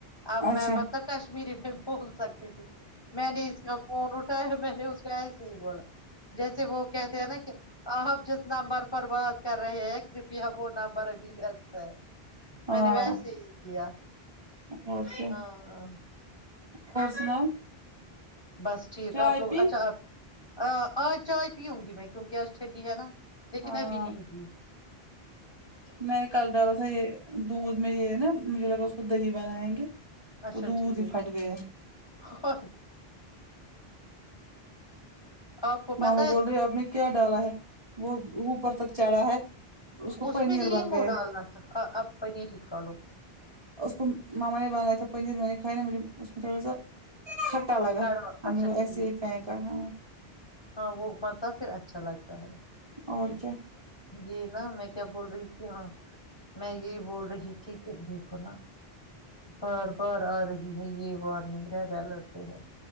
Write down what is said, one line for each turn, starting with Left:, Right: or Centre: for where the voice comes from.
Left: اب
Right: اچھا
Left: میں مت تو کشمیری میں بول سکتی تھی میں نے اس کا فون اٹھایا میں نے اس کو ایسے ہی بولا جیسے وہ کہتے ہیں نا آپ جس نمبر پر بات کر رہے ہیں کرپیا وہ نمبر ابھی واست ہے
Right: ہاں
Left: میں نے ویسے ہی کیا
Right: اور کیا
Left: ہاں ہاں
Right: اور سناؤ
Left: بس ٹھیک
Right: چائے
Left: آپ لوگ
Right: پی
Left: اچھا آپ اج چائے پیوں گی میں کیوکہ اج ٹھنڈی ہے نا لیکن
Right: ہاں
Left: ابھی نہیں پی
Right: میں نے کل ڈالا تھا یہ دودھ میں یہ نا مجھے لگا اس کو دہی بنائیں گے
Left: اچھا
Right: وہ دودھ
Left: ٹھیک
Right: ہی پھٹ گیا ہے۔
Left: اوہے آپ کو
Right: ماما
Left: پتا ہے
Right: بول رہے اپ نے کیا ڈالا ہے وہ اوپر تک چڑھا ہے کو
Left: اس
Right: پنیر
Left: میں لیمو
Right: بن گیا ہے
Left: ڈالنا تھا اب پنیر ہی کھا لو
Right: اس کو ماما نے بنایا تھا پنیر میں کھائے اس تھوڑا سا کھٹا لگا
Left: کڑوا
Right: ہم
Left: اچھا
Right: نے وہ
Left: ٹھیک
Right: ایسے ہی پھینکا
Left: ٹھیک
Right: ہے
Left: ہاں وہ پتاب پھر اچھا لگتا ہے
Right: اور کیا
Left: یہ نا میں کیا بول رہی تھی ہاں میں یہ بول رہی تھی کہ دیکھو نا بار بار ا رہی ہے یہ وارنگ رہٹتے ہیں